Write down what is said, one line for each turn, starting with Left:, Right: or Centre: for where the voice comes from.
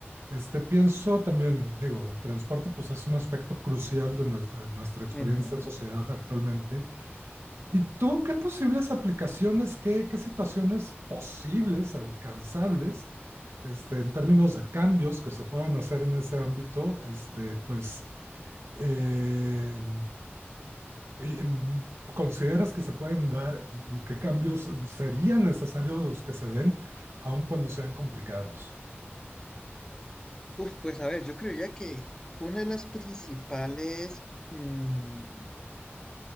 Right: este, pienso también, digo, el transporte pues es un aspecto crucial de nuestra, de nuestra experiencia
Left: Ujú.
Right: en sociedad actualmente. ¿Y tú qué posibles aplicaciones, qué, qué situaciones posibles, alcanzables, este, en términos de cambios que se puedan hacer en ese ámbito, este, pues, eh, y, y, consideras que se pueden dar y, y qué cambios serían necesarios que se den, aun cuando sean complicados?
Left: Uf, pues a ver, yo creería que una de las principales mm,